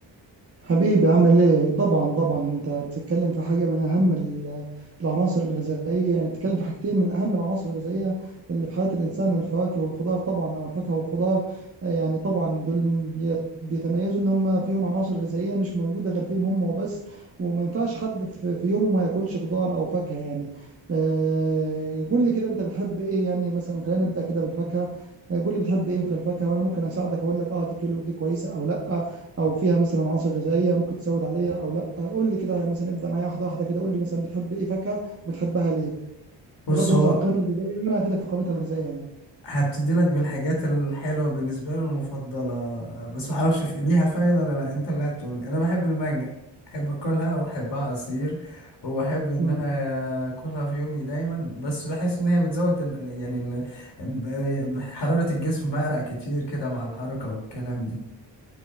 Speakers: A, on the right (about 30°); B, on the left (about 65°).
A: حبيبي عامل ايه؟ طبعا طبعا انت بتتكلم في حاجه من اهم ال- العناصر الغذائيه يعني بتتكلم في حاجتين من اهم العناصر الغذائيه اللي في حياه الانسان الفواكه والخضار طبعا او الفاكهه والخضار آه، يعني طبعا دول بي- بيتميزوا ان هم فيهم عناصر غذائيه مش موجوده غير فيهم هم وبس وما ينفعش حد في في يومه ما ياكلش خضار او فاكهه يعني آه، قول لي كده انت بتحب ايه يعني مثلا خلينا نبدا كده بالفاكهه آه، قول لي بتحب ايه في الفاكهه وانا ممكن اساعدك اقول لك اه دي كيلو دي كويسه او لا او فيها مثلا عناصر غذائيه ممكن تزود عليها او لا قول لي كده يعني مثلا ابدا معايا واحده واحده كده قول لي مثلا بتحب ايه فاكهه وبتحبها ليه
B: بص
A: بغض النظر
B: هو
A: عن قيمتها الغذائيه وانا هفيدك في قيمتها الغذائيه يعني
B: هبتدي لك بالحاجات الحلوة بالنسبة لي والمفضلة آه، بس ما اعرفش في ليها فايدة ولا لا انت اللي هتقول انا بحب المانجا احب اكلها واحبها عصير واحب ان
A: مم.
B: انا اكلها في يومي دايما بس بحس ان هي بتزود ال... يعني ال... ب- حرارة الجسم بعرق كتير كده مع الحركة والكلام دي